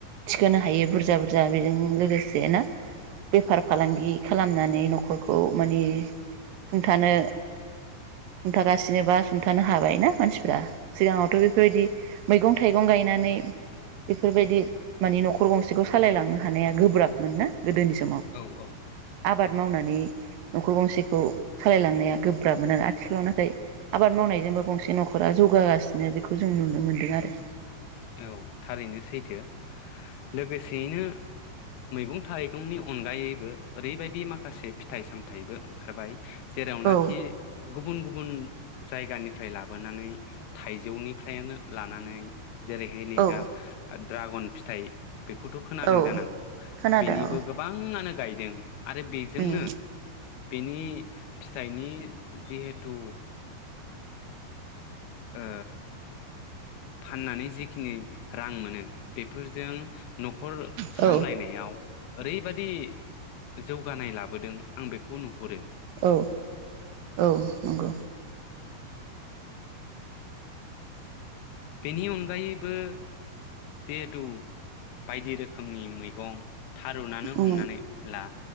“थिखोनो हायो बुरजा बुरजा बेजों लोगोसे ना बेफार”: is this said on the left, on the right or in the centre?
Right